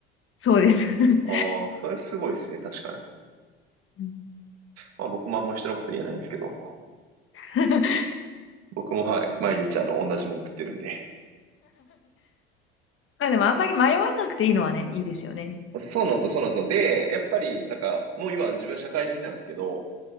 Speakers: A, on the left; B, on the right.
A: そうです。<laughs>
B: ああそれすごいですね、確かに。
A: うん
B: まあ僕もあんま人のこと言えないんですけど、
A: <laughs>
B: 僕もはい、毎日あの同じもの食ってるんで。
A: まあでもあんまり迷わなくていいのはね、いいですよね。
B: そうなんですよ、そうなんですよ。で、やっぱりなんか、もう今自分社会人なんですけど、